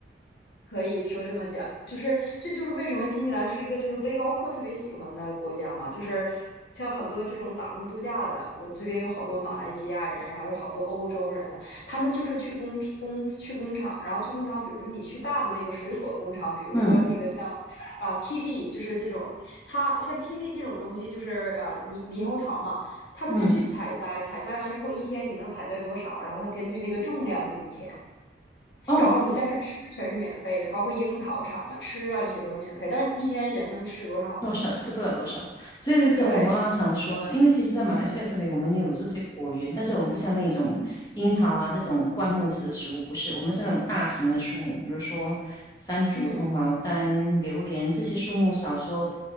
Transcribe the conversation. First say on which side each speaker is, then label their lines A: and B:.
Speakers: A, on the left; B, on the left.
A: 可以说这么讲，就是这就是为什么新西兰是一个就是背包客特别喜欢的国家嘛，就是像很多这种打工度假的，我这边有好多马来西亚人，然后有好多欧洲人，他们就是去工工去工厂，然后去工厂，比如说你去大的那个水果工厂，比如说那个像
B: 嗯
A: 啊、kiwi，就是这种，它像 kiwi 这种东西就是呃猕猕猴桃嘛，他们就去采摘，
B: 嗯，
A: 采摘完之后一天你能采摘多少，然后他根据那个重量给你钱。
B: 哦，
A: 然后你但是吃全是免费的，包括樱桃厂啊、吃啊这些都是免费。但是你一天人能吃多少呢？
B: 多少吃不了多少，这个是我妈妈常说的。
A: 对，
B: 因为其实，在马来西亚这里，我们也有这些果园，但是我们不像那种樱桃啊这种灌木式的食物，不是，我们是那种大型的树木，比如说山竹、
A: 嗯
B: 红毛丹、榴莲这些树木，少说